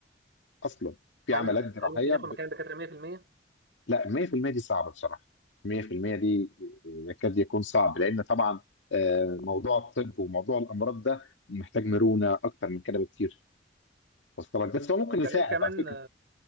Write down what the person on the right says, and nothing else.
هل
هل ممكن ياخد
مكان الدكاتره 100%
وده
غير كمان